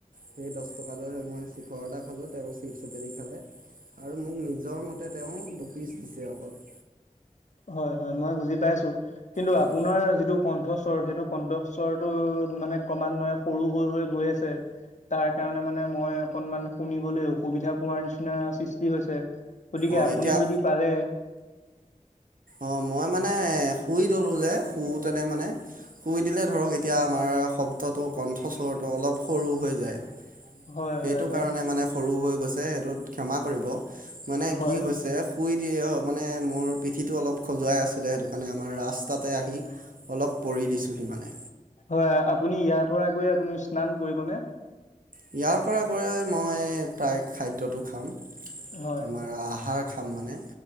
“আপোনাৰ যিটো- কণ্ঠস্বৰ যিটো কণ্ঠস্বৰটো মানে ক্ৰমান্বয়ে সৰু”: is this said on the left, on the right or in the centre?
Left